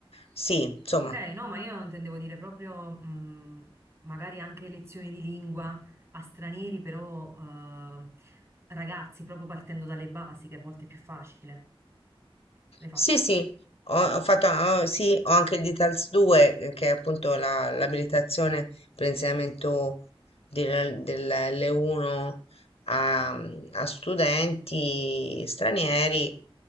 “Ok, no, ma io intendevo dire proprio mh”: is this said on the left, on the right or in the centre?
Right